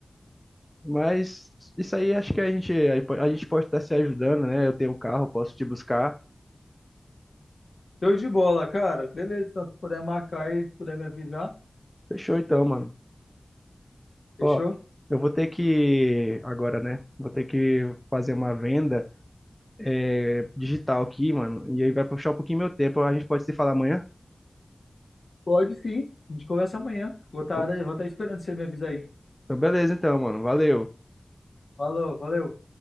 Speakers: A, in the centre; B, on the left.
A: Mas isso aí acho que a gente, a gente pode estar se ajudando, né? Eu tenho um carro, posso te buscar.
B: Show de bola, cara. Beleza, então, se puder marcar aí, se puder me avisar,
A: Fechou então, mano.
B: fechou?
A: Ó, eu vou ter que agora, né? Vou ter que fazer uma venda é, digital aqui, mano. E aí vai puxar um pouquinho meu tempo. A gente pode se falar amanhã?
B: Pode sim. A gente conversa amanhã. Vou estar,
A: Então,
B: vou estar esperando você me avisar aí.
A: então beleza, então, mano. Valeu.
B: Falou, valeu.